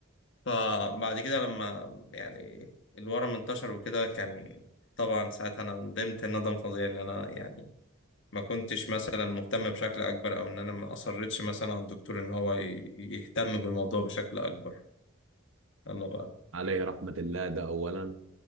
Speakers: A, on the left; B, on the right.
A: فبعد كده لما يعني الورم انتشر وكده كان طبعا ساعتها انا ندمت ندم فظيع ان انا يعني ما كنتش مثلا مهتم بشكل اكبر او ان انا ما اصرتش مثلا على الدكتور ان هو ي- يهتم بالموضوع بشكل اكبر يلا بقى
B: عليه رحمة الله ده اولا